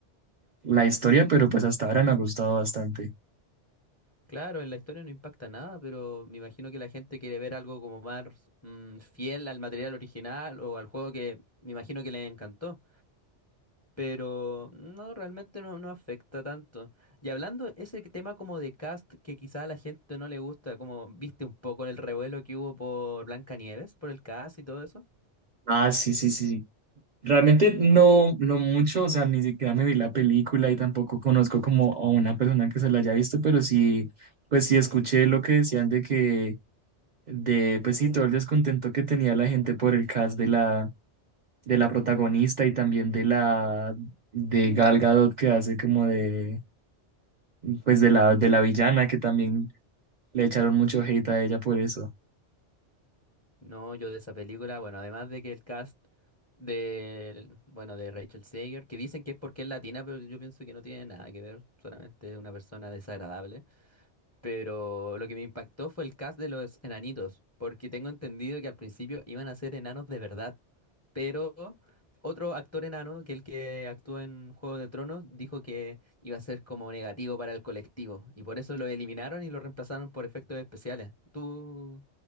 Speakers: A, on the right; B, on the left.
A: la historia, pero pues hasta ahora me ha gustado bastante.
B: Claro, en la historia no impacta nada, pero me imagino que la gente quiere ver algo como más mm, fiel al material original o al juego que me imagino que le encantó. Pero no, realmente no, no afecta tanto. Y hablando ese tema como de cast que quizá a la gente no le gusta, como viste un poco el revuelo que hubo por Blancanieves, por el cast y todo eso.
A: Ah, sí, sí, sí. Realmente no, no mucho, o sea, ni siquiera me vi la película y tampoco conozco como a una persona que se la haya visto, pero sí, pues sí escuché lo que decían de que de, pues sí, todo el descontento que tenía la gente por el cast de la, de la protagonista y también de la, de Gal Gadot que hace como de, pues de la, de la villana que también le echaron mucho hate a ella por eso.
B: No, yo de esa película, bueno, además de que el cast del, bueno, de Rachel Zegler, que dicen que es porque es latina, pero yo pienso que no tiene nada que ver, solamente es una persona desagradable. Pero lo que me impactó fue el cast de los enanitos, porque tengo entendido que al principio iban a ser enanos de verdad. Pero otro actor enano, que el que actuó en Juego de Tronos, dijo que iba a ser como negativo para el colectivo. Y por eso lo eliminaron y lo reemplazaron por efectos especiales. ¿Tú